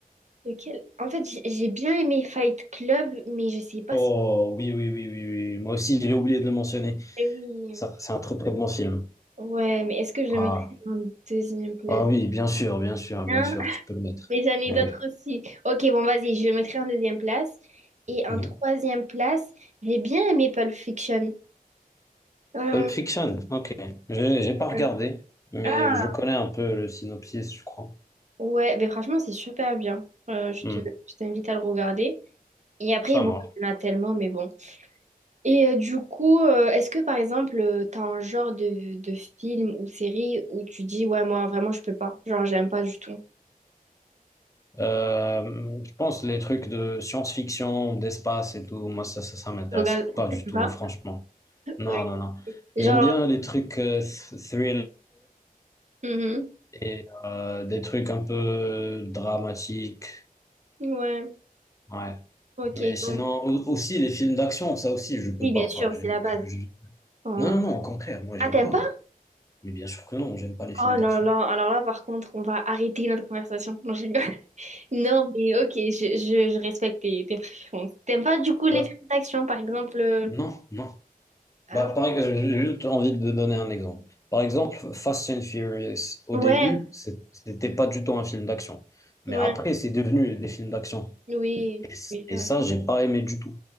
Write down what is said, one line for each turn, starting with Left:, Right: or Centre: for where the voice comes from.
Right: lequel... En fait, j'ai j'ai bien aimé Fight Club, mais je sais pas
Left: Oh
Right: si.
Left: oui, oui, oui, oui, oui. Moi aussi, j'ai oublié de le mentionner.
Right: Oui.
Left: Ça, C'est un très très bon film.
Right: Ouais, mais est-ce que je
Left: Ah.
Right: le mettrais en deuxième place?
Left: Ah oui, bien sûr, bien sûr,
Right: Hein?
Left: bien sûr,
Right: <laughs>
Left: tu peux le mettre.
Right: Mais j'en ai
Left: Mais
Right: d'autres
Left: oui.
Right: aussi. Ok, bon, vas-y, je le mettrai en deuxième place. Et en
Left: Mhm.
Right: troisième place, j'ai bien aimé Pulp Fiction. Euh,
Left: Pulp Fiction, ok. J'ai j'ai pas regardé,
Right: euh,
Left: mais
Right: ah,
Left: je connais un peu le synopsis, je crois.
Right: ouais, ben franchement, c'est super bien. Euh, je
Left: Mhm.
Right: te, je t'invite à le regarder. Et après,
Left: Ça
Right: bon,
Left: marche.
Right: il y en a tellement, mais bon. Et euh, du coup, euh, est-ce que par exemple, euh, t'as un genre de, de film ou série où tu dis, ouais, moi vraiment, je peux pas. Genre, j'aime pas du tout.
Left: Euh, je pense les trucs de science-fiction, d'espace et tout, moi ça, ça, ça m'intéresse
Right: regarde
Left: pas du
Right: t'aimes
Left: tout,
Right: pas?
Left: franchement. Non,
Right: Oui.
Left: non, non.
Right: Genre,
Left: J'aime bien les trucs euh, th- thriller.
Right: mhm.
Left: et euh, des trucs un peu dramatiques.
Right: Ouais,
Left: Ouais.
Right: ok.
Left: Mais sinon,
Right: donc,
Left: au- aussi les films d'action, ça aussi, je peux
Right: Oui,
Left: pas.
Right: bien sûr,
Left: J'aime-
Right: c'est la base.
Left: je- je-
Right: euh,
Left: Non, non, non, au contraire, moi, j'aime
Right: Ah, t'aimes
Left: pas.
Right: pas?
Left: Mais bien sûr que non, j'aime pas les films
Right: Oh
Left: d'action.
Right: là là, alors là, par contre, on va arrêter notre conversation. Non, je rigole. <laughs> Non, mais ok, je, je, je respecte tes, tes préférences. T'aimes pas du coup les
Left: Euh,
Right: films d'action, par exemple? euh,
Left: non, non.
Right: Ah
Left: Bah,
Right: ouais.
Left: par exemple, j'ai juste envie de donner un exemple. Par exemple, Fast and Furious, au
Right: Ouais,
Left: début, c'est- c'était pas du tout un film d'action. Mais
Right: ouais,
Left: après, c'est devenu des films d'action.
Right: oui,
Left: Et, c-
Right: oui, ça,
Left: et ça, j'ai pas aimé du tout.